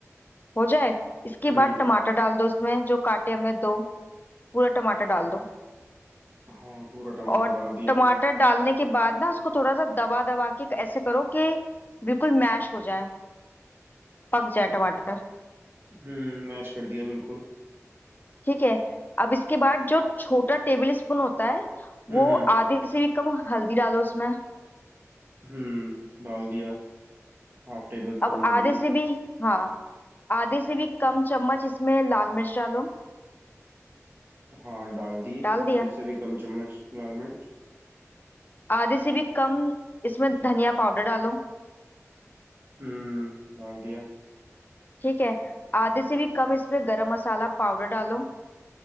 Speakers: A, on the left; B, on the right.
A: हो जाए इसके
B: हम्म
A: बाद टमाटर डाल दो उसमें जो काटे हमने दो पूरा टमाटर डाल दो
B: हाँ पूरा टमाटर
A: और
B: डाल दिया
A: टमाटर डालने के बाद ना उसको थोड़ा सा दबा दबा के ऐसे करो कि बिल्कुल मैश हो जाए पक जाए टमाटर
B: हम्म मैश कर दिया बिल्कुल
A: ठीक है अब इसके बाद जो छोटा टेबल स्पून होता है
B: हम्म
A: वो
B: हम्म
A: आधे से भी कम हल्दी डालो उसमें
B: हम्म डाल दिया हाफ टेबल स्पून
A: अब
B: हल्दी
A: आधे से भी हाँ आधे से भी कम चम्मच इसमें लाल मिर्च डालो
B: हाँ डाल दी
A: डाल दिया
B: आधे से भी कम चम्मच लाल मिर्च
A: आधे से भी कम इसमें धनिया पाउडर डालो
B: हम्म डाल दिया
A: ठीक है आधे से भी कम इसमें गरम मसाला पाउडर डालो